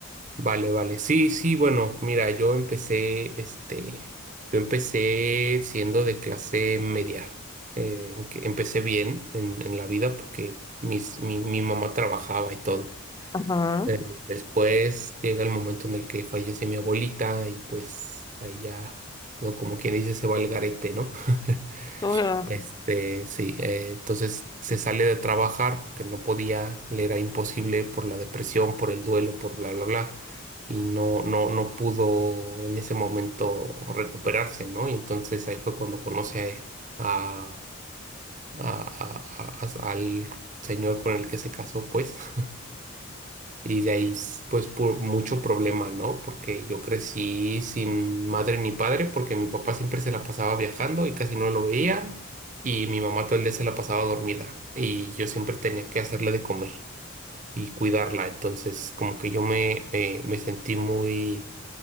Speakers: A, on the right; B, on the left.
A: Vale, vale. Sí, sí, bueno, mira, yo empecé, este, yo empecé siendo de clase media. Eh, que empecé bien en, en la vida porque mis, mi, mi mamá trabajaba y todo.
B: Ajá.
A: Eh, después llega el momento en el que fallece mi abuelita y pues ahí ya todo como quien dice se va al garete, ¿no? <laughs>
B: O sea,
A: Este, sí, eh, entonces se sale de trabajar porque no podía, le era imposible por la depresión, por el duelo, por bla, bla, bla, y no, no, no pudo en ese momento recuperarse, ¿no? Y entonces ahí fue cuando conoce a, a- a- a- a- al señor con el que se casó, pues. <laughs> Y de ahí, s- pues, por mucho problema, ¿no? Porque yo crecí sin madre ni padre, porque mi papá siempre se la pasaba viajando y casi no lo veía, y mi mamá todo el día se la pasaba dormida, y yo siempre tenía que hacerle de comer y cuidarla. Entonces, como que yo me, me, me sentí muy,